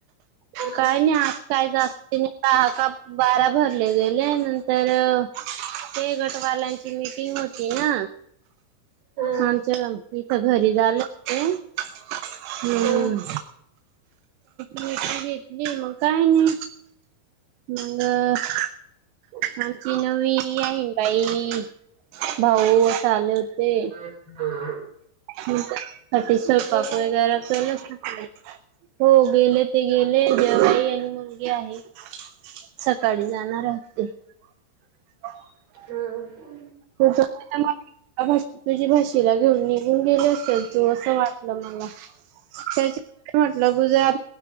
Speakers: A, on the right; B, on the right.
A: हा
B: काय नाही आज कायच तिने दहा का बारा भरले गेले नंतर, ते गटवालांची मिटिंग होती. तेना
A: हा
B: आमच इथ घरी झालं. हम हम्म
A: हा,
B: भीट घेतली मग का नाही मग <inaudible>
A: अ <unintelligible>
B: आमची नवीन ईन बाई भाऊ असं आले होते.
A: हो <inaudible>
B: मग त्याच्यासाठी स्वयपाक
A: का?
B: वगैरे केलं काय. हो गेले ते गेले जेवई आणि मुलगी आहे सकाळी जाणार हाय. ह <inaudible>
A: ह हा
B: तुझ तुझी भाषेला घेऊन निघून गेले असेल तू असं वाट <inaudible> मला त्या म्हटलं गुज <inaudible>